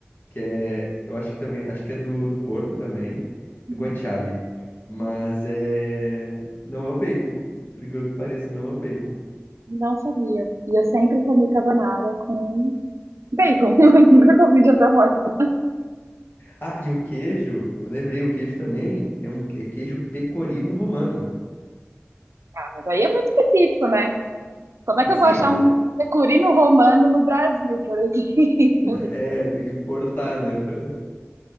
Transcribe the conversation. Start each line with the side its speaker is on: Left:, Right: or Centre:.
Left: Que é, eu acho que também, acho que é do, do porco também,
Right: Uhum.
Left: é guanciale. Mas é, não é o bacon, por incrível que pareça, não é o bacon.
Right: Não sabia. E eu sempre comi carbonara com bacon. <laughs> Nunca comi de outra forma.
Left: Ah, e o queijo, eu lembrei, o queijo também é um é queijo pecorino romano.
Right: Ah, mas aí é muito específico, né? Como é que
Left: Sim,
Right: eu vou achar
Left: mas
Right: um
Left: é,
Right: pecorino romano no Brasil, por exemplo?
Left: <laughs> é, tem que importar, né, pra...